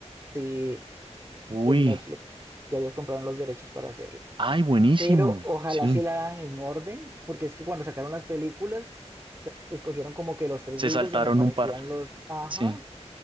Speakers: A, on the right; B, on the right.
A: Sí,
B: Uy,
A: en Netflix. Ya ellos compraron los derechos para hacerlas.
B: ay, buenísimo.
A: Pero ojalá
B: Sí,
A: sí la hagan en orden, porque es que cuando sacaron las películas, sa- escogieron como que los tres
B: se
A: libros
B: saltaron
A: donde aparecían
B: un par.
A: los, ajá,
B: Sí,